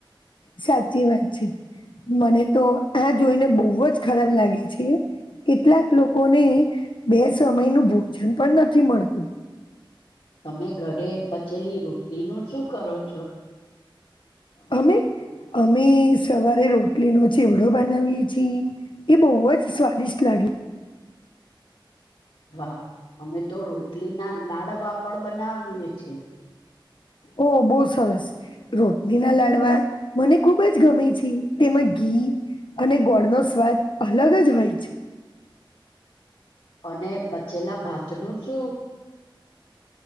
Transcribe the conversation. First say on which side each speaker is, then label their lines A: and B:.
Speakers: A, on the left; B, on the left.
A: સાચી વાત છે. મને તો આ જોઈને બોવ જ ખરાબ લાગે છે. કેટલાક લોકોને બે સમય નું ભોજન પણ નથી મળતું.
B: તમે ઘરે બચેલી રોટલીનું શું કરો છો?
A: અમે અમે સવારે રોટલીનો ચેવડો બનાવીએ છી એ બોવ જ સ્વાદિષ્ટ લાગે
B: વાહ અમે તો રોટલીના લાડવા પણ બનાવીએ છે.
A: ઓ બો સરસ રોટનીના લાડવા મને ખુબ જ ગમે છે, તેમાં ઘી ઘી અને ગોળનો સ્વાદ અલગ જ હોય છે.
B: અને બચેલા ભાત નું શું?